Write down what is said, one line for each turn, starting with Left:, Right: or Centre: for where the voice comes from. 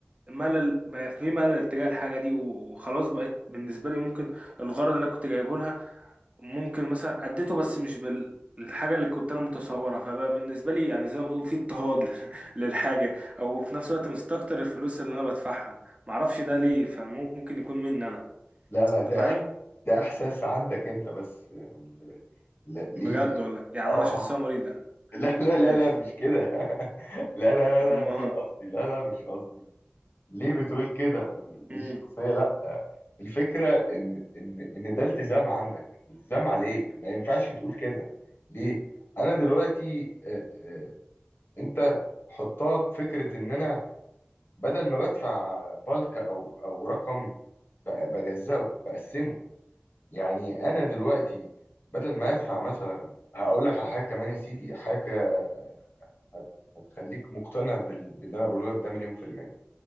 Right: ملل بقى في ملل تجاه الحاجه دي وخلاص بقت بالنسبه لي ممكن الغرض اللي انا كنت جايبه لها ممكن مثلا اديته بس مش بالحاجه اللي كنت انا متصورها فبقى بالنسبه لي يعني زي ما بتقول في اضطهاد <laughs> للحاجه او في نفس الوقت مستكتر الفلوس اللي انا بدفعها معرفش ده ليه فممكن يكون مني انا
Left: لا لا
Right: انت
Left: ده
Right: فاهم
Left: ده إحساس عندك أنت بس ال- لا- ليه
Right: بجد
Left: لا
Right: والله يعني
Left: آه
Right: انا شخصيه مريضه
Left: لا لا
Right: ماشي
Left: لا لا مش كده <laughs> لا
Right: <laughs>
Left: لا لا لا
Right: ما
Left: مش قصدي لا لا مش قصدي ليه بتقول كده
Right: مم.
Left: الشخصية لا الفكرة إن إن إن ده التزام عندك التزام عليك ما ينفعش تقول كده ليه؟ أنا دلوقتي آه، آه، أنت حطها بفكرة إن أنا بدل ما بدفع بالك أو أو رقم ب- بجزأه بقسمه يعني أنا دلوقتي بدل ما أدفع مثلا هقول لك على حاجة كمان يا سيدي حاجة هت- هتخليك مقتنع بال... باللي انا بقوله لك ده مليون في المية